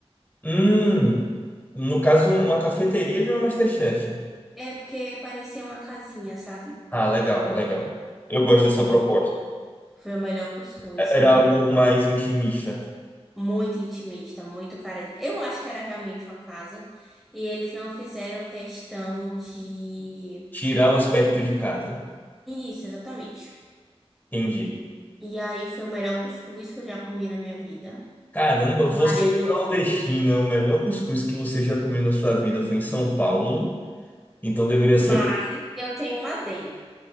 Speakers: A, on the left (about 15°); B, in the centre.
A: Hum, no caso, uma cafeteria de uma MasterChef.
B: É, porque parecia uma casinha, sabe?
A: Ah, legal, legal. Eu gosto dessa
B: E
A: proposta.
B: foi o melhor cuscuz
A: É-
B: que
A: Era
B: eu já...
A: algo
B: comi.
A: mais intimista.
B: Muito intimista, muito cara de... Eu acho que era realmente uma casa. E eles não fizeram questão de...
A: Tirar o aspecto de casa.
B: Isso, exatamente.
A: Entendi.
B: E aí foi o melhor cuscuz que eu já comi na minha vida.
A: Caramba, você
B: Marido...
A: que é nordestina, o melhor cuscuz que você já comeu na sua vida foi em São Paulo. Então deveria ser.
B: Mas eu tenho uma adenda.